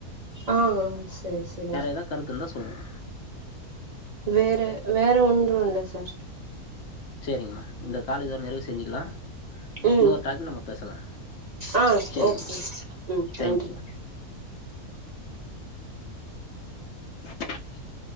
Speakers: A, on the right; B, on the left.
A: ஆ ஆ சேரி சேரிங்
B: ஏதா கருத்து இருந்தா சொல்லுங்க
A: வேற வேற ஒன்று இல்ல சார்
B: சேரிங்கம்மா இந்த கால இதோட நிறைவு செஞ்சுக்கலா
A: ம்
B: இன்னொரு டாப்பிக்கில நம்ம பேசலா
A: ஆ
B: சேரிங்கம்மா
A: ஓகே ம்
B: தேங்க்யூங்க
A: நன்றி
B: <inaudible>